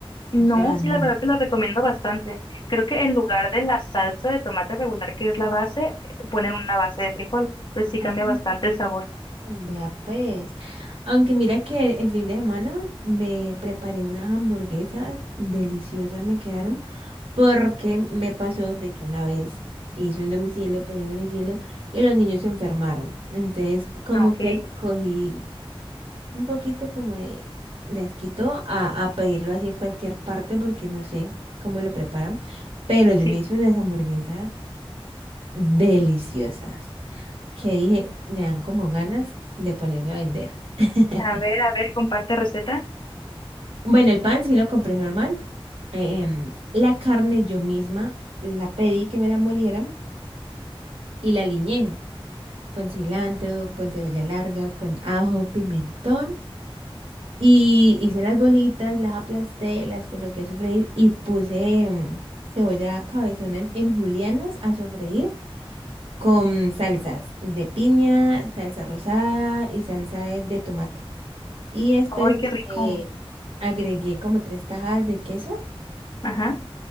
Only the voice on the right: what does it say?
O sea,
n-
Ah,
vea pues. Aunque mira que el fin de semana me preparé unas hamburguesas deliciosas, me quedaron. Porque me pasó de que una vez hice un domicilio, pedí un domicilio y los niños se enfermaron. Entonces, como
que le cogí un poquito como de, de asquito a, a pedirlo así en cualquier parte porque no sé cómo lo preparan. Pero yo
me hice unas hamburguesas deliciosas que dije, me dan como ganas de ponerme a vender. <laughs>
Bueno, el pan sí lo compré normal. Em, la carne yo misma la pedí que me la molieran. y la aliñé con cilantro, con cebolla larga, con ajo, pimentón. Y hice las bolitas, las aplasté, las coloqué a sofreír y puse mm, cebolla cabezona en, en julianas a sofreír con salsas de piña, salsa rosada y salsa de, de tomate. Y después
eh, agregué como tres tajadas de queso